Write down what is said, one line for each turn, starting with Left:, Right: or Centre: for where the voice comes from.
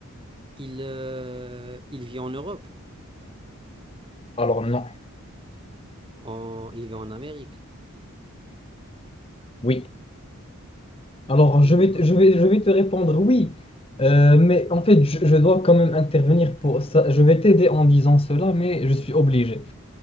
Right: Il, euh, il vit en Europe.
Left: Alors non.
Right: En, il vit en Amérique.
Left: Oui. Alors
Right: Il
Left: je vais
Right: vit
Left: te, je
Right: en Amérique.
Left: vais, je vais te répondre oui. Euh, mais en fait, je, je dois quand même intervenir pour ça. Je vais t'aider en disant cela, mais je suis obligé.